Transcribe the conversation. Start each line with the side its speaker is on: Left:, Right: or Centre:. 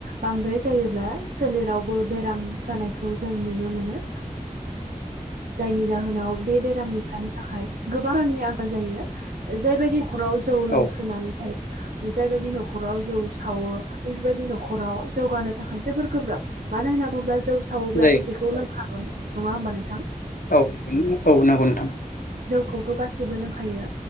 Right: बांद्राय जायोब्ला सोलेरावबो बेराम जानायखौ जों नुनो मोनो। जायनि जाहोनाव बे बेरामनिफ्रानो थाखाय गोबां रांनि आंखाल जायो जायबायदि। न'खराव जौ लोंसोनानै
Left: औ
Right: थायो। जायबायदि न'खराव जौ सावो बेफोरबायदि न'खराव जौगानो थाखाय जोबोर गोब्राब। मानो होनना बुङोब्ला जौ सावोब्लाथ'
Left: जायो
Right: बेखौ लोंखागोन, नङा होमबा नोंथां?
Left: औ ओ नोंगौ नोंथां।
Right: खौथ' गासिबो लोंखायो